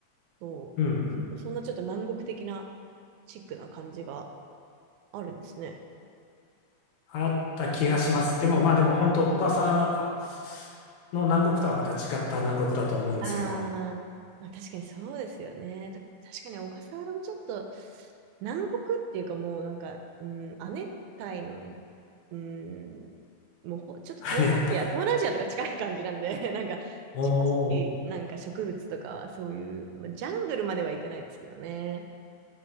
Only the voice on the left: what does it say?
う、うん。
あった気がします。でもまあでも本当、小笠原の南国とはまた違った南国だと思うんですけど、
<laughs> 熱帯。
おー。